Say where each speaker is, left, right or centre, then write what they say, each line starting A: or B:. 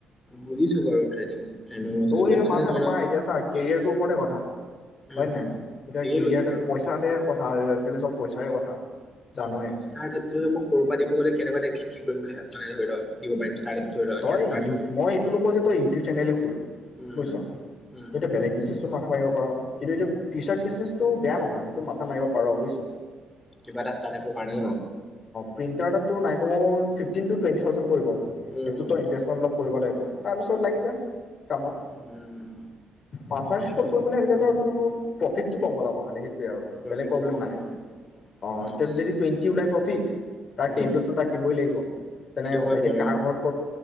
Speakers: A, on the left; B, on the left.
A: বুজিছো বাৰু ট্ৰেডিং। ট্ৰেইনিঙৰ চলিবলৈ
B: তৌ সেই
A: কিন্তু
B: মাথাটো
A: মানে ধৰি ল
B: মাৰ এতিয়া চা কেৰিয়াৰটোৰ ওপৰতে কথা।
A: উম
B: হয় নাই?
A: উম
B: এতিয়া
A: ঠিকেই
B: কেৰিয়াৰত
A: কৈছো বাৰু
B: আৰু পইচা হলে, কথা আজিকালি চব পইচাৰে কথা।
A: <unintelligible>
B: জানয়ে
A: <unintelligible>
B: তই,
A: ষ্টাৰ্টিংটো
B: মই এইটো নকওঁ যে তই ইউটিউব চেনেলো খোল
A: উম
B: বুজিছ,
A: উম
B: তই এতিয়া বেলেগ বিজনেছ টো মাথা মাৰিব, কিন্তু এইটো টি-চাৰ্ত বিজনেছটোও বেয়া নহয় এইটো মাথা মাৰিব পাৰ বুজিছ?
A: কিবা এটা স্তাৰ্তাপৰ কাৰণে ন',
B: প্ৰিনটাৰটোত তোৰ নাই কমেও ফিফটিন -টু -টুৱেনটি -থাউজেন পৰিব।
A: উম
B: এইটোতোত তই ইনভেষ্টমেণ্ট অলপ কৰিব লাগিব। তাৰ পিছত লাগি যা। কামত
A: উম
B: পাৰ্টনাৰশ্বিপত
A: বাকী
B: কৰিম বুলি ভাবিলে ধৰ তোৰ, প্ৰফিটতো কম ওলাব খালি সেইটো,
A: প্ৰফিটটো
B: বেলেগ প্ৰব্লেম
A: কম
B: নাই
A: ন
B: অহ',
A: উম উম
B: যদি টুৱেন্টি ওলাই প্ৰফিট তাৰ
A: উম
B: টেনতোটো তাক দিবই লাগিব তেনেকে
A: সেইটো
B: কথা
A: হয়
B: এতিয়া
A: বাৰু
B: কাৰ ঘৰত